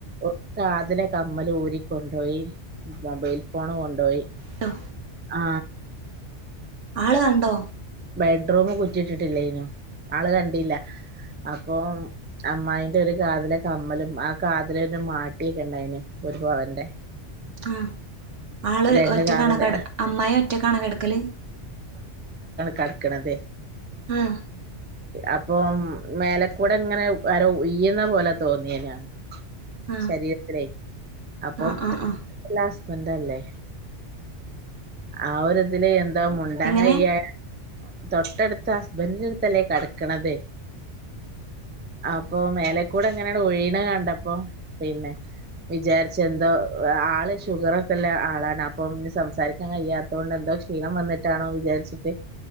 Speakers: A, on the right; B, on the right.
A: ഒ കാതിലെ കമ്മല് ഊരീ കൊണ്ടോയി മൊബൈൽ ഫോണ് കൊണ്ടോയി
B: ട്ടോ
A: ആ
B: ആള് കണ്ടോ
A: ബെഡ്റൂം കുറ്റി ഇട്ടിട്ടില്ലായിനു ആള് കണ്ടില്ല അപ്പൊ അമ്മായിന്റെ ഒരു കാതിലെ കമ്മലും ആ കാതില ഒര് മാട്ടിക്കണ്ടായിനു ഒരു പവന്റെ
B: ആ ആള്
A: രണ്ട്
B: ഒറ്റക്കാണോ
A: കാതില്
B: കട അമ്മായി ഒറ്റക്കാണോ കെടക്കല്
A: കെടക്ക്‌ണതെ
B: ആ
A: അപ്പം മേലക്കൂടെ ഇങ്ങനെ ആരോ ഉയ്യുന്ന പോലെ തോന്നിയനാണ്
B: ആഹ്
A: ശരീരത്തിലേ അപ്പം
B: ആഹ് ആഹ് ആഹ്
A: ല ന്തല്ലേ ആവൊരതില് എ ന്താ മുണ്ടാ
B: എങ്ങനെ
A: കയ്യ തൊട്ടടുത്ത് ഹസ്ബൻ്റിന്റെ അടുത്തല്ലേ കടക്കണതേ അപ്പൊ മേലെക്കൂടെ ങ്ങനണ്ട് ഒഴീണ കണ്ടപ്പോ പിന്നെ വിചാരിച്ച എന്തോ ആള് ഷുഗറൊക്കെല്ല ആളാണ് അപ്പൊ ഇഞ്ഞ് സംസാരിക്ക കയ്യാത്തോണ്ട് എന്തോ ക്ഷീണം വന്ന ട്ടാണോ വിചാരിച്ചിട്ടെ